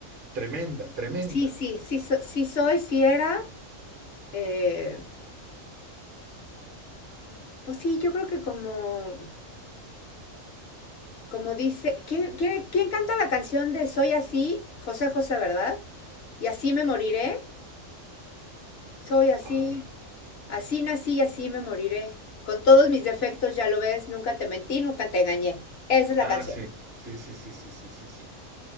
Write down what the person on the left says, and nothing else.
Sí, sí, sí, so- sí soy, sí era. eh, pues sí, yo creo que como, como dice, ¿quién, quién, quién canta la canción de Soy así? José José, ¿verdad? Y así me moriré. Soy así,
así nací y así me moriré. Con todos mis defectos, ya lo ves, nunca te mentí, nunca te engañé. Esa es la
canción,